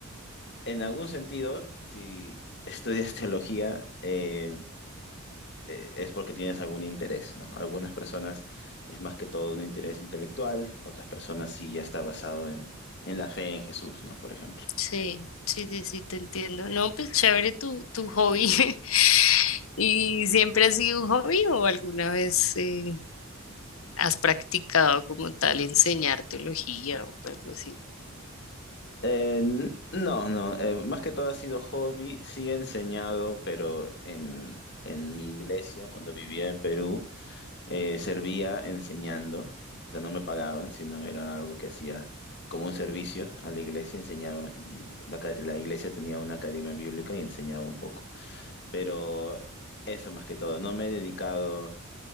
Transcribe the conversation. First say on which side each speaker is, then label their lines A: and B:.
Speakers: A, on the left (about 55°); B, on the left (about 70°).
A: en algún sentido, si <laughs> estudias teología, eh, eh, es porque tienes algún interés, ¿no? Algunas personas es más que todo un interés intelectual, otras personas sí ya está basado en, en la fe en Jesús, ¿no? Por ejemplo.
B: Sí, sí, sí, sí, te entiendo. No, pues chévere tu, tu hobby. <laughs> ¿Y siempre ha sido un hobby o alguna vez eh, has practicado como tal enseñar teología o algo así?
A: Eh, n- no, no, eh, más que todo ha sido hobby, sí he enseñado, pero en, en mi iglesia, cuando vivía en Perú, eh, servía enseñando, o sea, no me pagaban, sino era algo que hacía como un servicio a la iglesia, enseñaba, y la, ca- la iglesia tenía una academia bíblica y enseñaba un poco, pero eso más que todo, no me he dedicado